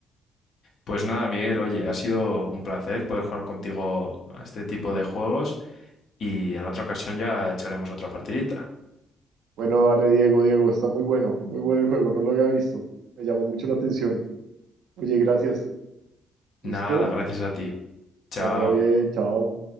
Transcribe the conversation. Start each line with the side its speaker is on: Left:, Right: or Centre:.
Left: Pues nada, Miguel, oye, ha sido un placer poder jugar contigo a este tipo de juegos y en otra ocasión ya echaremos otra partidita.
Right: Bueno, dale, Diego, Diego, está muy bueno, muy bueno el juego, no lo había visto. Me llamó mucho la atención. Oye, gracias. ¿Listo?
Left: Nada, gracias a ti. Chao.
Right: Que vaya bien, chao.